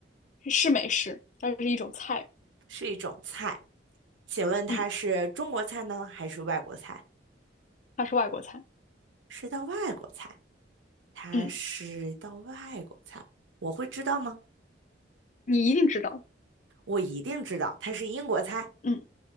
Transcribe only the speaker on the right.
是一种菜，请问它是中国菜呢，
还是外国菜？
是道外国菜，它是道外国菜，
我会知道吗？
我一定知道，它是英国菜。